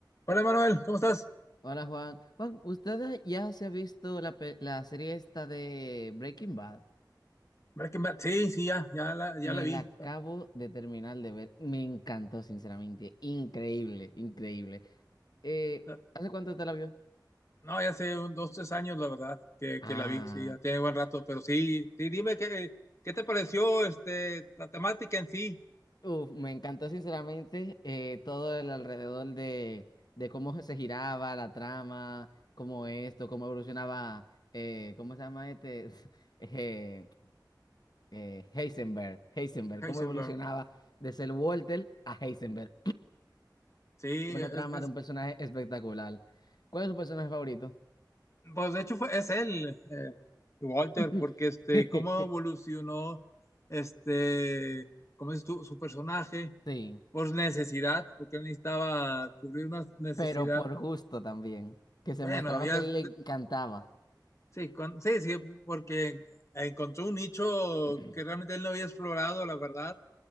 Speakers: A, on the left; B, on the left.
A: Hola Manuel, ¿cómo estás?
B: Hola Juan. Juan, ¿usted ya se ha visto la, pe- la serie esta de Breaking Bad?
A: Breaking Bad, Sí, sí, ya, ya la, ya
B: Me
A: la vi.
B: la acabo
A: La-
B: de terminar de ver. Me encantó, sinceramente. Increíble, increíble. Eh,
A: la-
B: ¿hace cuánto te la vio?
A: No, ya hace un- dos, tres años, la verdad, que,
B: Ah,
A: que la vi, sí, ya tiene buen rato, pero sí, sí, dime qué, qué te pareció este, la temática en sí,
B: uf, me encantó, sinceramente, eh, todo el alrededor de, de cómo se giraba la trama, cómo esto, cómo evolucionaba, eh, ¿cómo se llama este? <laughs> Eh, eh, Heisenberg, Heisenberg,
A: Heisenberg.
B: cómo evolucionaba de ser Walter a Heisenberg.
A: Sí,
B: Una
A: es,
B: trama
A: es-
B: de un personaje espectacular. ¿Cuál es su personaje favorito?
A: pues de hecho fue, es él, eh, Walter,
B: <laughs>
A: porque este, cómo evolucionó este, cómo es tu- su personaje,
B: Sí,
A: por necesidad, porque él necesitaba cubrir una necesidad.
B: pero por gusto también. Que se
A: Bueno,
B: mostraba
A: ya.
B: que él le encantaba.
A: Sí, con- sí, sí, porque encontró un nicho
B: <clears throat>
A: que realmente él no había explorado, la verdad,